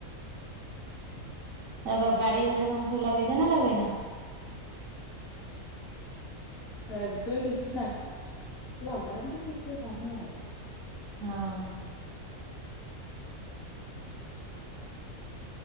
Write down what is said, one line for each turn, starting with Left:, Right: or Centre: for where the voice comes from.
Right: ଏକା ବାଡି ଘରେ କଣ ସବୁ ଲଗେଇଚ ନା ଲଗେଇନ?
Left: ଏବେ କିଛି ନାହିଁ, ଲଗାନ୍ତି କିଛି ନାହିଁ ଆଉ।
Right: ହଁ ହଁ।